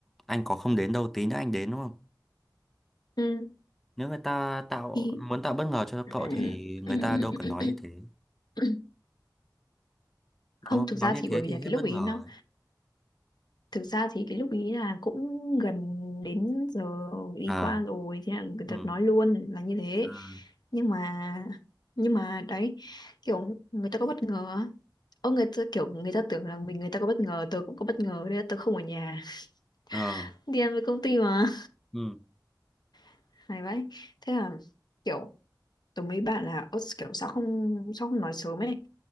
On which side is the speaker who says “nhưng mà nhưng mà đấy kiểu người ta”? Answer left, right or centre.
Left